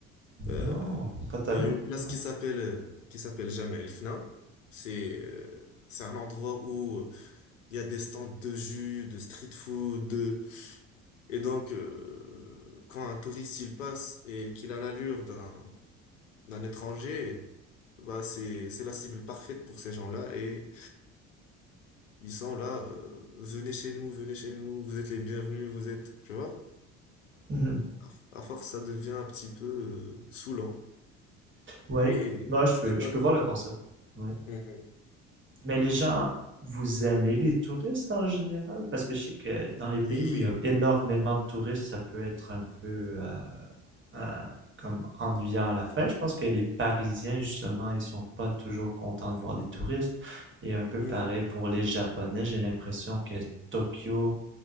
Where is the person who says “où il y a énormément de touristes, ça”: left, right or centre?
Right